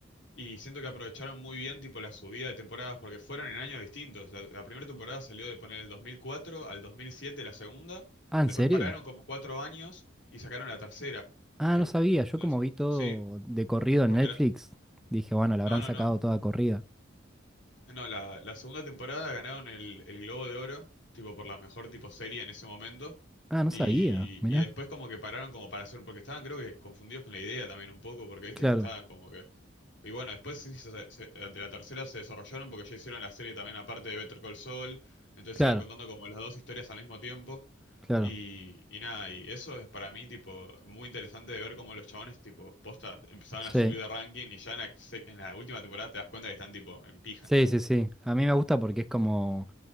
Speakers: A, on the left; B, in the centre.
A: y siento que aprovecharon muy bien tipo la subida de temporadas porque fueron en años distintos. La, la primera temporada salió de poner el 2004 al 2007 la segunda,
B: Ah, ¿en
A: después
B: serio?
A: pararon como cuatro años y sacaron la tercera.
B: Ah,
A: Ahí,
B: no sabía,
A: ¿entendés?
B: yo como vi todo
A: Sí,
B: de corrido
A: porque
B: en Netflix,
A: la-
B: dije, bueno, la
A: no,
B: habrán
A: no,
B: sacado
A: no,
B: toda corrida.
A: No, la, la segunda temporada ganaron el, el Globo de Oro, tipo por la mejor tipo serie en ese momento.
B: Ah, no
A: Y,
B: sabía, mirá.
A: y después como que pararon como para hacer, porque estaban creo que confundidos con la idea también un poco, porque viste
B: Claro,
A: que estaban como que... Y bueno, después sí, se- se- de la tercera se desarrollaron porque ya hicieron la serie también aparte de Better Call Saul, entonces
B: claro,
A: iban contando como las dos historias al mismo tiempo.
B: claro,
A: Y, y nada, y eso es para mí tipo muy interesante de ver cómo los chabones tipo posta empezaban
B: sí.
A: a subir de ranking y ya en la, sec- en la última temporada te das cuenta que están tipo en pija,
B: Sí,
A: ¿no?
B: sí, sí. A mí me gusta porque es como,